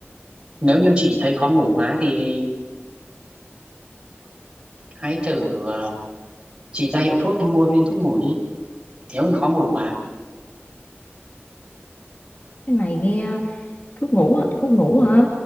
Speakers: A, on the right (about 20°); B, on the left (about 40°).
A: nếu như chị thấy khó ngủ quá thì hãy thử ờ, chị ra hiệu thuốc mua viên thuốc ngủ đi nếu như khó ngủ quá
B: Cái này nghe thuốc ngủ á, thuốc ngủ hả?